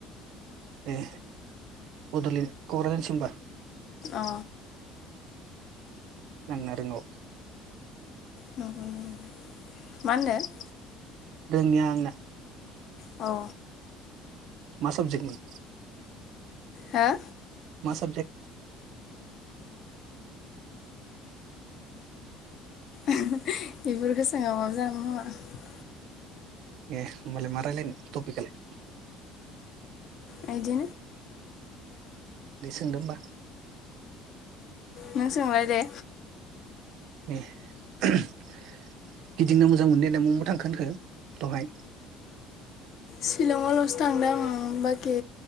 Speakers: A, on the right; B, on the left.
A: एह बलेण्ड कक्राझारनिसिमबा
B: अ
A: नोंनारोंऔ
B: <unintelligible> मा मोनदो
A: रोङिया आंना
B: औ
A: मा साबजेक्टनि
B: हो
A: मा साबजेक्ट
B: ओहो बेफोरखो सोङाबो जागोन खोमा
A: ऐह ओमबालाय मा रायलानो तपिकालाय
B: आयदिया
A: दे सोंदो ओमबा
B: नों सोंलाया दे
A: ए गिदिंनो मोजां मोनो देनाय मव मव थांखो होनखो दहाय
B: सिलंआवलसो थांदों आं बाखि